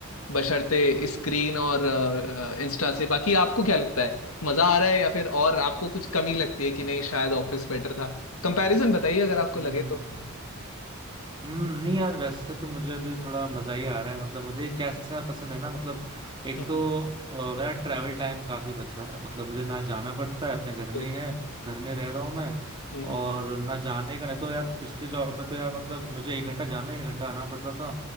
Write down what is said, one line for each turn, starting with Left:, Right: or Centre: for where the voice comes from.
Left: बशर्ते स्क्रीन और इंस्टा से बाकी आपको क्या लगता है मजा आ रहा है या फिर और आपको कुछ कमी लगती है कि नहीं शायद ऑफिस बेटर था कंपैरिजन बताइए अगर आपको
Right: हम्म
Left: लगे तो
Right: हम्म नहीं यार वैसे तो मुझे अभी थोड़ा मजा ही आ रहा है मतलब मुझे कैसा पसंद है ना मतलब एक
Left: हम्म
Right: तो अ, मेरा ट्रैवल टाइम काफी बच रहा है मतलब मुझे ना जाना पड़ता है अपने घर में
Left: बिल्कुल
Right: ही है घर में रह रहा हूँ मैं
Left: हम्म
Right: और ना जाने का नहीं तो यार पिछले जॉब में तो यार मतलब मुझे एक घंटा जाना एक घंटा आना पड़ता था